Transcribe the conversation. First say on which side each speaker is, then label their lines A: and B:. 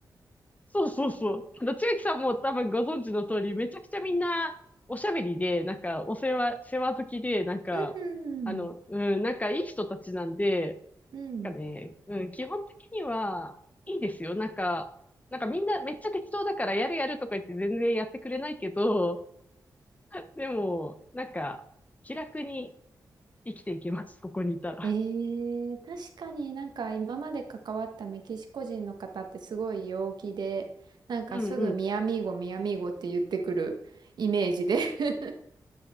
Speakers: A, on the left; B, on the right.
A: そうそうそう。あの千秋さんも多分ご存知の通り、めちゃくちゃみんなおしゃべりで、なんかお世話、世話好きで、なんか、
B: うん
A: あの、うん、なんかいい人たちなんで、
B: うん。
A: なんかね、うん、基本的にはいいですよ。なんか、なんかみんなめっちゃ適当だからやるやるとか言って全然やってくれないけど、<laughs> でも、なんか、気楽に生きていけます、ここにいたら。
B: えー、確かになんか今まで関わったメキシコ人の方ってすごい陽気で、なんかすぐミアミーゴ、
A: うんうん。
B: ミアミーゴって言ってくるイメージで <laughs>